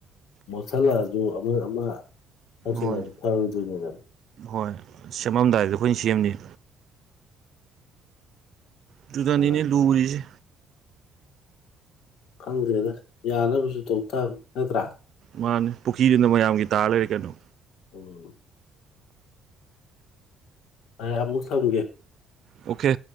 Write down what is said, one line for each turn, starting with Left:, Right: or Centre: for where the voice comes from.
Left: ꯃꯣꯠꯁꯜꯂꯛꯑꯖꯨ ꯑꯃ ꯑꯃ ꯇꯧꯁꯜꯂꯛꯑꯁꯨ
Right: ꯍꯣꯏ
Left: ꯐꯔꯣꯏꯗꯣꯏꯅꯤꯗꫭ
Right: ꯍꯣꯏ ꯁꯦꯝꯃꯝꯗꯥꯏꯗ ꯑꯩꯈꯣꯏꯅ ꯁꯦꯝꯅꯤ ꯨꯗꯨꯗꯅꯤꯅꯦ
Left: ꯃꯥꯅꯦ
Right: ꯂꯨꯔꯤꯖꯦ
Left: ꯈꯪꯗ꯭ꯔꯦꯗ ꯌꯥꯅꯕꯁꯨ ꯇꯧ ꯇꯥꯕꯅꯤ ꯅꯠꯇ꯭ꯔꯥ
Right: ꯃꯥꯅꯤ ꯄꯨꯈ꯭ꯔꯤꯗꯨꯅ ꯃꯌꯥꯝꯒꯤ ꯇꯥꯔ ꯂꯩꯔꯦ ꯀꯩꯅꯣ
Left: ꯎꯝ ꯑꯩ ꯑꯃꯨꯛ ꯊꯝꯒꯦ
Right: ꯑꯣꯈꯦ